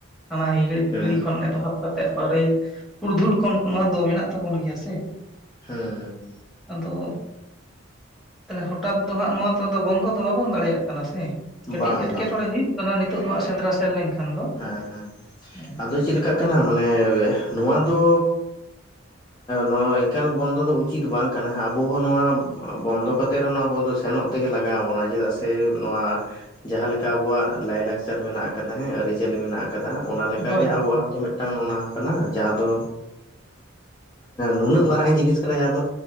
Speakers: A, in the centre; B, on the left (about 20°).
A: ᱦᱟᱱᱟ ᱦᱤᱸᱦᱤᱲᱤᱼᱯᱤᱯᱤᱲᱤ
B: ᱦᱮᱸ
A: ᱠᱷᱚᱱ ᱮᱛᱚᱦᱚᱵ ᱯᱟᱛᱮᱫ <unintelligible> ᱯᱟᱨᱮᱞ <unintelligible> ᱯᱩᱨᱫᱷᱩᱞ ᱠᱷᱚᱱ ᱱᱚᱣᱟ ᱫᱚ ᱢᱮᱱᱟᱜ ᱛᱟᱵᱚᱱ ᱜᱮᱭᱟ ᱥᱮ?
B: ᱦᱮᱸ ᱦᱮᱸ
A: ᱟᱫᱚ ᱛᱟᱦᱞᱮ ᱦᱚᱴᱟᱛ ᱫᱚ ᱦᱟᱸᱜ ᱱᱚᱣᱟ ᱛᱚ ᱵᱚᱱᱫᱚ ᱫᱚ ᱵᱟᱵᱚᱱ ᱫᱟᱲᱮᱭᱟᱜ ᱠᱟᱱᱟ ᱥᱮ ᱠᱟᱹᱴᱤᱡ
B: ᱵᱟᱝ
A: ᱮᱴᱠᱮᱴᱚᱬᱮ
B: ᱵᱟᱝ
A: ᱦᱩᱭᱩᱜ ᱠᱟᱱᱟ᱾ ᱱᱤᱛᱚᱜ ᱫᱚ ᱦᱟᱸᱜ ᱥᱮᱸᱫᱽᱨᱟ ᱥᱮᱱ ᱞᱮᱱᱠᱷᱟᱱ ᱫᱚ
B: ᱦᱮᱸ ᱦᱮᱸ
A: ᱦᱮᱸ
B: ᱟᱫᱚ ᱪᱮᱫ ᱞᱮᱠᱟᱜ ᱠᱟᱱᱟ ᱢᱟᱱᱮ ᱱᱚᱣᱟ ᱫᱚ ᱱᱚᱣᱟ ᱮᱠᱟᱞ ᱵᱚᱱᱫᱚ ᱫᱚ ᱩᱪᱤᱛ ᱵᱟᱝ ᱠᱟᱱᱟ ᱟᱵᱚ ᱦᱚᱸ ᱱᱚᱣᱟ ᱵᱚᱱᱫᱚ ᱠᱟᱛᱮ ᱛᱮ ᱨᱮᱦᱚᱸ ᱟᱵᱚ ᱫᱚ ᱥᱮᱱᱚᱜ ᱛᱮᱜᱮ ᱞᱟᱜᱟᱣ ᱵᱚᱱᱟ ᱪᱮᱫᱟᱜ ᱥᱮ ᱱᱚᱣᱟ ᱡᱟᱦᱟᱸ ᱞᱮᱠᱟ ᱟᱵᱚᱣᱟᱜ ᱞᱟᱭᱞᱟᱠᱪᱟᱨ ᱢᱮᱱᱟᱜ ᱟᱠᱟᱫᱟ ᱟᱹᱨᱤᱪᱟᱹᱞᱤ ᱢᱮᱱᱟᱜ ᱟᱠᱟᱫᱟ ᱚᱱᱟ ᱞᱮᱠᱟᱜᱮ
A: ᱦᱳᱭ ᱦᱳᱭ
B: ᱟᱵᱚᱣᱟᱜ ᱦᱚᱸᱛᱚ ᱢᱤᱫᱴᱟᱝ ᱚᱱᱟ ᱦᱚᱸ ᱠᱟᱱᱟ ᱡᱟᱦᱟᱸ ᱫᱚ ᱱᱩᱱᱟᱹᱜ ᱢᱟᱨᱟᱝ ᱡᱤᱱᱤᱥ ᱠᱟᱱᱟ ᱡᱟᱦᱟᱸ ᱫᱚ